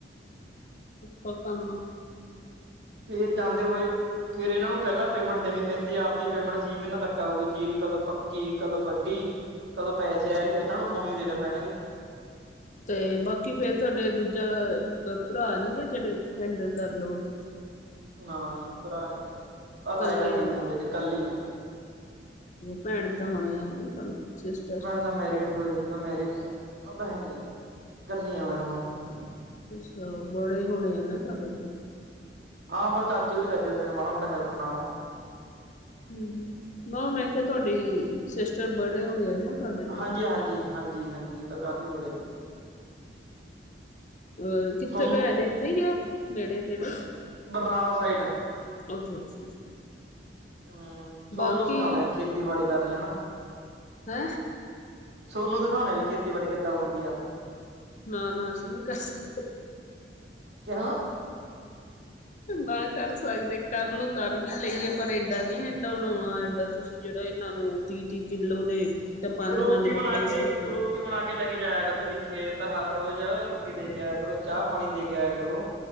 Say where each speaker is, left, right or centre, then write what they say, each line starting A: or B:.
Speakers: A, on the left (about 45°); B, on the right (about 70°).
A: ਪ ਕੰਮ।
B: ਫੇਰ ਜਾਂਦੇ ਹੋਏ ਫੇਰ ਏਨਾਂ ਨੂੰ ਪਹਿਲਾਂ ਪੇਮੈਂਟ ਦੇਣੀ ਪੈਂਦੀ ਏ। ਆਪਦੀ ਪੇਮੈਂਟ ਛੀ ਮੀਨੇ ਤੱਕ ਆਊਗੀ ਜੀਰੀ ਕਦੋਂ ਪੱਕ ਕੀ ਕਦੋਂ ਵੱਡੀ ਕਦੋਂ ਪੈਸੇ
A: ਅੱਛਾ
B: ਆਏ ਏਨਾਂ ਨੂੰ ਹੁਣੇ ਈ ਦੇਣੇ ਪੈਣਗੇ।
A: ਤੇ ਬਾਕੀ ਫੇਰ ਤੁਹਾਡੇ ਦੂਜਾ ਪ ਭਰਾ ਨੀ ਗਾ ਜੇੜੇ ਹੈਂਡਲ ਕਰ ਲੋਣ।
B: ਨਾ ਜੀ ਭਰਾ ਨੀ ਹੈਗਾ ਆ, ਤਾਏ-
A: ਕੱਲੇ
B: ਚਾਚੇ
A: ਆ
B: ਦੇ ਮੁੰਡੇ ਨੇ ਕੱਲੇ ਈ ਆਂ।
A: ਭੈਣ ਤਾਂ ਹੋਨੀ ਆ ਨਾ, ਤੁਹਾਡੇ ਸਿਸਟਰ।
B: ਨਾ ਮੈਰਿਡ ਹੋਏ ਤਾ ਮੈਰਿਡ ਨੇ, ਓ ਤਾਂ ਹੈਨੀ ਕੱਲੇ ਆ ਮੈਂ ਤ ਹੁਣ।
A: ਅੱਛਾ। ਬੜੇ ਹੋਣੇ ਆ ਨਾ ਤੁਹਾਡੇ ਕੋਲ।
B: ਹਾਂ ਬਸ ਚਾਚੇ ਹੋਰੀ, ਕਰਦੇ ਹੁੰਦੇ ਨੇ ਮਾੜਾ- ਮੋਟਾ ਹੈਲਪ ਨਾਲ।
A: ਹੁਂ ਹੁਂ। ਨਾ ਮੈਂ
B: ਹੂੰ।
A: ਕਿਹਾ ਤੁਹਾਡੀ ਸਿਸਟਰ ਬੜੇ ਹੋਣੇ ਆ ਨਾ। ਤੁਹਾਡੇ ਤੋਂ
B: ਹਾਂਜੀ ਹਾਂਜੀ ਹਾਂਜੀ ਹਾਂਜੀ। ਓ ਤਾਂ ਕਾਫੀ ਵੱਡੇ ਨੇ।
A: ਅ ਕਿੱਥੇ
B: ਤੁਹਾਨੂੰ
A: ਭੈਣ ਏਥੇ ਈਆ ਨੇੜੇ ਤੇੜੇ।
B: ਬਰਨਾਲਾ ਸਾਈਡ,
A: ਅੱਛਾ ਅੱਛਾ ਜੀ
B: ਹੁਂ ਥੋਨੂੰ
A: ਬਾਕੀ
B: ਸਿਖਾਉਨੇ ਖੇਤ ਖੇਤੀਬਾੜੀ ਕਰਨੀ ਹੈਨਾ।
A: ਹੈਂ।
B: ਥੋਨੂੰ ਦਿਖਾਉਣੇ ਵੀ ਖੇਤੀਬਾੜੀ ਕਿੱਦਾਂ ਹੁੰਦੀ ਆ।
A: ਨਾ ਨਾ ਅਸੀ ਨੀ ਕਰ ਸਕ
B: ਕਯੋਂ।
A: ਨਾ ਕਰ ਸਕਦੇ ਕਰਨ ਨੂੰ ਕਰ ਵੀ ਲਈਏ ਪਰ ਏਡਾ ਨੀ ਹੈਂਡਲ ਹੋਣਾ ਏਡਾ। ਤੁਸੀ ਜੇੜਾ ਏਨਾਂ ਨੂੰ ਤੀਹ ਤੀਹ ਕਿੱਲੋ ਦੇ ਤੇ ਪੰਜ
B: ਰੋਟੀ
A: ਪੰਜ
B: ਬਣਾ
A: ਗੱਟੇ
B: ਕੇ
A: ਕਈ ਜਾਂਦੇ।
B: ਰੋਟੀ ਬਣਾ ਕੇ ਲੈ ਕੇ ਜਾਇਆ ਕਰੋ ਤੁਸੀਂ ਖੇਤ ਹਰ ਰੋਜ਼ ਰੋਟੀ ਦੇ ਕੇ ਆਇਆ ਕਰੋ। ਚਾਹ ਪਾਣੀ ਦੇ ਕੇ ਆਇਆ ਕਰੋ।